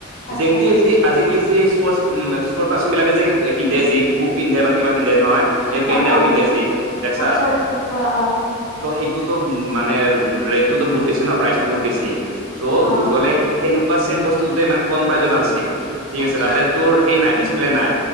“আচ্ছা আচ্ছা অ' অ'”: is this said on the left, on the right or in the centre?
Left